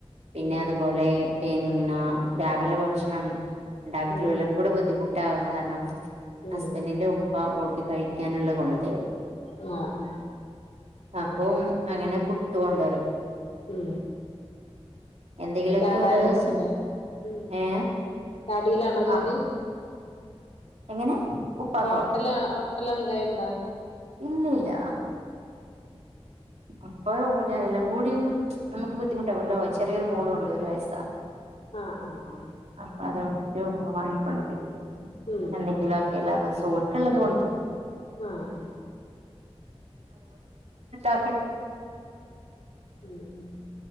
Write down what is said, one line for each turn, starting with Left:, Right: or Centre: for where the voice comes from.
Right: പിന്നെ
Left: ഉം
Right: അതുപോലെ പിന്നെ രാവിലെ ഭക്ഷണം ഉണ്ടാക്കൽ
Left: ഉം
Right: വല്ലാം കൂടെ ബുദ്ധിമുട്ടാാവന്ന് കാരണം
Left: ഉം
Right: ഹസ്ബൻറിിന്റെ ഉപ്പ ഓൾക്ക് കഴിക്കാനുള്ളത് കൊണ്ടു തരും
Left: ആഹ ആഹ
Right: അപ്പം അങ്ങനെ പുട്ട് കൊൊണ്ടരും
Left: ഉ
Right: എന്തെങ്കിലുമൊക്കെ
Left: അ കടായിരിക്കല്ല
Right: ഓരോ ദിവസം
Left: ഉ
Right: ഏ
Left: കടിയിലാണോ ജോലി
Right: ആ എങ്ങനെ ഉപ്പാക്കോ
Left: ഹോട്ടല ഹോട്ടൽ എന്തായണ്ടാ
Right: ഇല്ലല്ല അപ്പൊ എല്ലാം കൂടിയും നമുക്ക് ബുദ്ധിമുട്ടാാവല്ലോ ചെറിയൊരു മോളും ഉണ്ട് ഒരു വയസ് സ
Left: ആഹ ആഹ ആഹ
Right: അപ്പ അതുകൊണ്ടിട്ട് ഒപ്പ വാങ്ങിക്കൊണ്ടു തരും
Left: ഉം
Right: എന്തെങ്കിലുഒക്കെല്ല ഓൾക് ഉള്ളത് കൊണ്ടു തരും
Left: ആ ആ
Right: അ
Left: ഉം ഉം